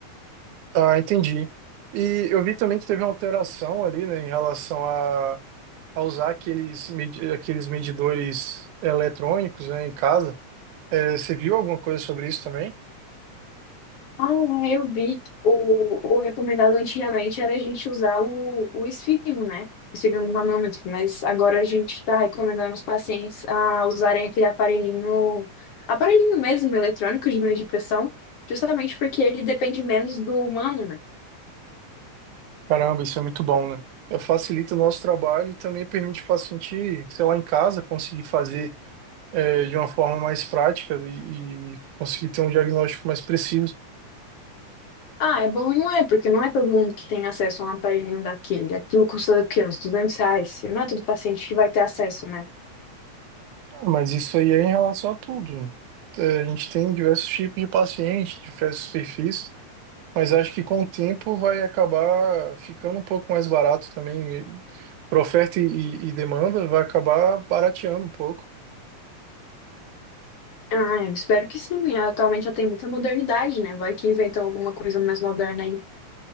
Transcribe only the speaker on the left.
Ah, é, eu vi. O, o recomendado antigamente era a gente usar o, o esfigmo, né? Esfigmo manômetro, mas agora a gente está recomendando os pacientes a usarem aquele aparelhinho, aparelhinho mesmo, eletrônico de meio de pressão, justamente porque ele depende menos do humano, né?
Ah, é bom e não é, porque não é todo mundo que tem acesso a um aparelhinho daquele. Aquilo custa o quê? Uns 200 reais. E não é todo paciente que vai ter acesso, né?
Ah, eu espero que sim. Atualmente já tem muita modernidade, né? Vai que inventam alguma coisa mais moderna aí.